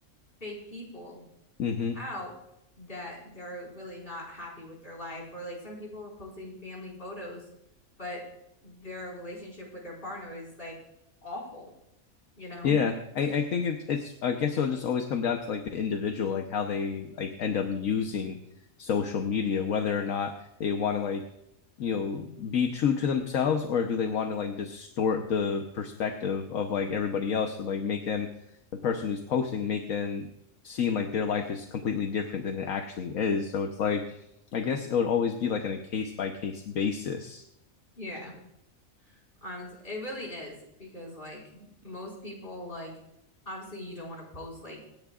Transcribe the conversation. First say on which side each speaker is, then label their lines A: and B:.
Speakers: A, on the left; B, on the left.
A: fake people
B: mm-hmm.
A: out that they're really not happy with their life. Or like some people are posting family photos, but their relationship with their partner is like awful, you know?
B: Yeah, I, I think it's it's I guess it'll just always come down to like the individual, like how they like end up using social media, whether or not they want to like, you know, be true to themselves or do they want to like distort the perspective of like everybody else to like make them the person who's posting, make them seem like their life is completely different than it actually is. So it's like I guess it would always be like on a case by case basis.
A: Yeah. Honestly, it really is because like most people like obviously you don't want to post like